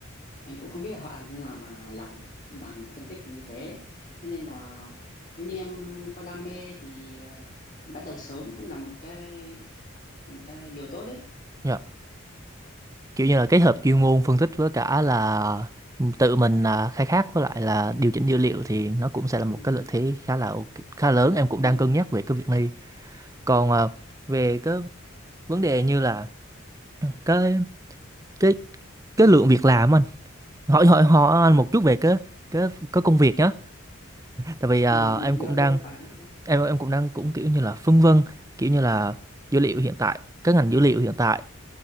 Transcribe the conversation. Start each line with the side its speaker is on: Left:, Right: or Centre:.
Left: anh cũng không biết là họ làm thế nào mà làm làm phân tích như thế thế nên là nếu như em có đam mê thì ờ, bắt đầu sớm cũng là một cái một cái điều tốt đấy
Right: Dạ. kiểu như là kết hợp chuyên môn phân tích với cả là tự mình là khai thác với lại là điều chỉnh dữ liệu thì nó cũng sẽ là một
Left: ừ,
Right: cái lợi thế khá là ok- khá lớn em cũng
Left: đúng
Right: đang cân
Left: không
Right: nhắc về cái việc này còn ờ, về cái vấn đề như là ừ, cái cái cái lượng việc làm anh hỏi hỏi hỏi
Left: à,
Right: anh một chút về cái cái cái công việc nhé tại vì ờ,
Left: ừ, ừ,
Right: em
Left: được
Right: cũng đang
Left: được phải đi
Right: em em cũng đang cũng kiểu như là phân vân kiểu như là dữ liệu hiện tại cái ngành dữ liệu hiện tại